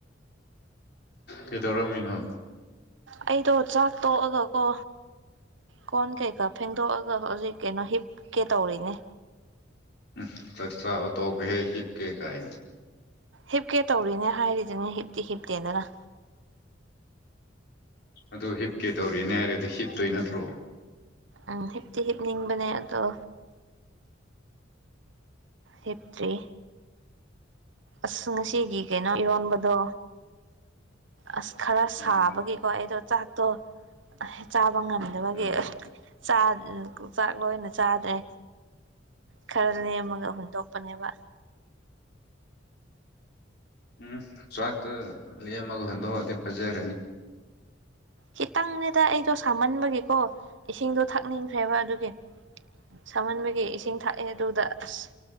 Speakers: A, on the left; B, on the right.
A: ꯀꯩꯗꯧꯔꯝꯃꯤꯅꯣ
B: ꯑꯩꯗꯣ ꯆꯥꯛ ꯇꯣꯛꯑꯒꯀꯣ ꯀꯣꯟ ꯀꯩꯀꯥ ꯐꯦꯡꯗꯣꯛꯑꯒ ꯍꯧꯖꯤꯛ ꯀꯩꯅꯣ ꯍꯤꯞꯀꯦ ꯇꯧꯔꯤꯅꯦ
A: ꯎꯝ ꯆꯥꯛꯆꯥꯕ ꯇꯣꯛꯄ ꯍꯦꯛ ꯍꯤꯞꯀꯦ ꯀꯥꯏꯅꯦ
B: ꯍꯤꯞꯀꯦ ꯇꯧꯔꯤꯅꯦ ꯍꯥꯏꯔꯤꯗꯨꯅꯤ ꯍꯤꯞꯇꯤ ꯍꯤꯞꯇꯦꯗꯅ
A: ꯑꯗꯨ ꯍꯤꯞꯀꯦ ꯇꯧꯔꯤꯅꯦ ꯍꯥꯏꯔꯗꯤ ꯍꯤꯞꯇꯣꯏ ꯅꯠꯇ꯭ꯔꯣ
B: ꯎꯝ ꯍꯤꯞꯇꯤ ꯍꯤꯞꯅꯤꯡꯕꯅꯦ ꯑꯗꯣ ꯍꯤꯞꯇ꯭ꯔꯤ ꯑꯁ ꯉꯁꯤꯒꯤ ꯀꯩꯅꯣ ꯏꯔꯣꯟꯕꯗꯣ ꯑꯁ ꯈꯔ ꯁꯥꯕꯒꯤꯀꯣ
A: ꯎꯝ
B: ꯑꯩꯗꯣ ꯆꯥꯛꯇꯣ ꯆꯕ ꯉꯝꯗꯕꯒꯤ
A: ꯎꯝ
B: ꯆꯥꯛ ꯆꯥꯛ ꯂꯣꯏꯅ ꯆꯥꯗ꯭ꯔꯦ ꯈꯔ ꯂꯦꯝꯃꯒ ꯍꯨꯟꯗꯣꯛꯄꯅꯦꯕ
A: ꯎꯝ ꯆꯥꯛꯇꯣ ꯂꯦꯝꯃꯒ ꯍꯟꯗꯣꯛ ꯑꯗꯤ ꯐꯖꯔꯅꯤ
B: ꯈꯤꯇꯪ ꯅꯦꯗ ꯑꯩꯗꯣ ꯁꯥꯃꯟꯕꯒꯤꯀꯣ ꯏꯁꯤꯡꯗꯣ ꯊꯛꯅꯤꯡꯈ꯭ꯔꯦꯕ ꯑꯗꯨꯒꯤ ꯁꯃꯟꯕꯒꯤ ꯏꯁꯤꯡ ꯊꯥꯛꯑꯦ ꯑꯗꯨꯗ ꯑꯁ